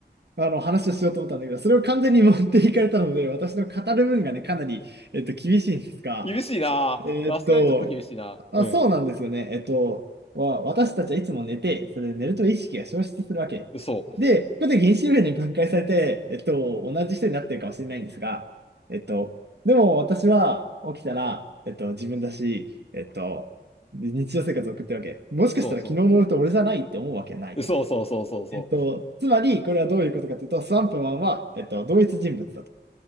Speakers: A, on the right; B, on the left.
A: あの、話をしようと思ったんだけど、それを完全に持っていかれたので、私の語る分がね、かなり、えっと、厳しいんですが、
B: 厳しいなぁさすがにちょっと厳しいなぁ
A: えーっと、あ、そうなんですよね。えっと、わ私たちはいつも寝て、それで寝ると意識が消失するわけ。
B: うん。そう。
A: で、ここで原子力に分解されて、えっと、同じ人になってるかもしれないんですが、えっと、でも私は起きたら、えっと、自分だし、えっと、日常生活を送ってるわけ。もしかしたら昨日の俺と俺じゃないって思うわけはない。
B: そうそう。そうそうそうそうそう。
A: えっと、つまり、これはどういうことかというと、スワンプマンは、えっと、同一人物だと。